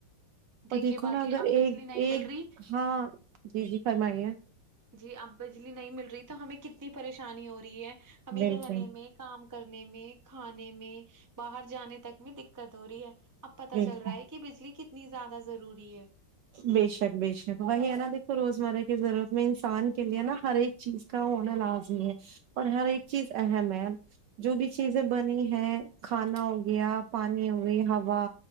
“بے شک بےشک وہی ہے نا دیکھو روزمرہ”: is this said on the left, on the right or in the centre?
Right